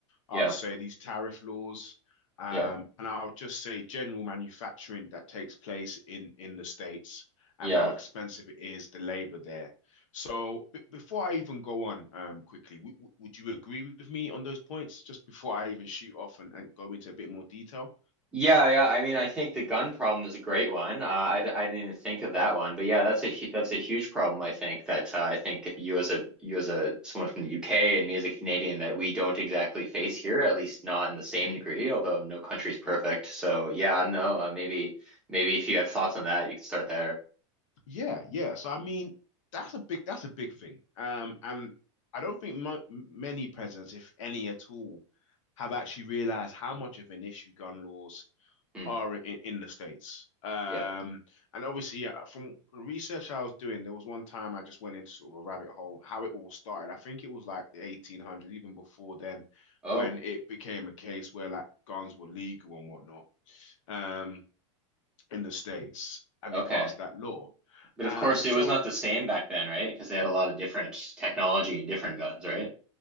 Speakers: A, in the centre; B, on the left.
A: Yeah.
B: I'd say these tariff laws, um,
A: Yeah.
B: and I'll just say general manufacturing that takes place in in the States
A: Yeah.
B: and how expensive it is, the labor there. So b before I even go on, um, quickly, w w- would you agree with me on those points just before I even shoot off and, and go into a bit more detail?
A: Yeah, yeah. I mean, I think the gun problem is a great one. Uh, I, d- I didn't even think of that one, but yeah, that's a hu- that's a huge problem. I think that uh, I think you as a you as a someone from the UK and me as a Canadian that we don't exactly face here, at least not in the same degree. Although no country's perfect,
B: Yeah.
A: so yeah, I don't know. Uh, maybe maybe if you have thoughts on that, you can start there.
B: Yeah, yeah. So I mean, that's a big that's a big thing. Um, and I don't think mo m- many presidents, if any at all, have actually realized how much of an issue gun laws
A: Hmm.
B: are in, in the States. Um,
A: yeah.
B: and obviously, yeah, from the research I was doing, there was one time I just went into sort of a rabbit hole, how it all started. I think it was like the 1800s, even before then,
A: Oh,
B: when it became a case where like guns were legal and whatnot, um, in the States, and
A: okay.
B: they passed that law.
A: But
B: Um,
A: of course,
B: so
A: it was not the same back then, right? Because they had a lot of different technology and different guns, right?